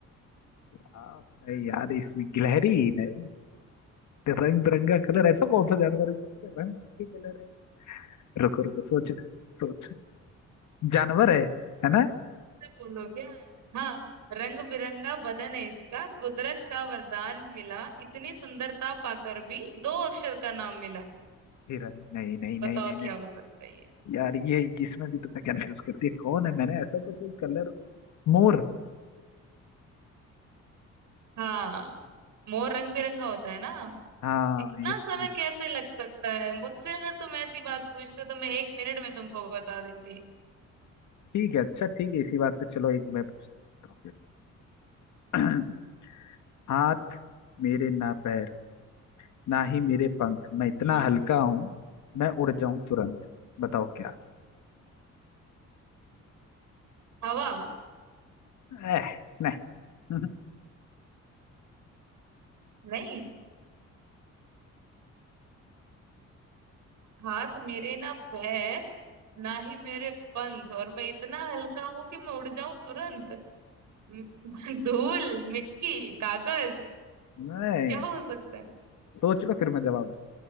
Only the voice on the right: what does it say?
तो बोलो क्या हाँ रंग बिरंगा बदन है इसका कुदरत का वरदान मिला इतनी सुंदरता पाकर भी दो अक्षर का नाम मिला
बताओ
क्या हो सकता है ये
हाँ मोर रंग
बिरंगा होता है ना
इतना
समय
कैसे लग सकता है मुझसे अगर तुम ऐसी बात पूछते तो मैं एक मिनट में तुमको बता देती
हम्म
हवा
नहीं हाथ मेरे ना पैर ना ही मेरे पंख और मैं इतना हल्का हूं कि मैं उड़ जाऊं तुरंत म- <laughs> धूल मिट्टी कागज
क्या हो सकता है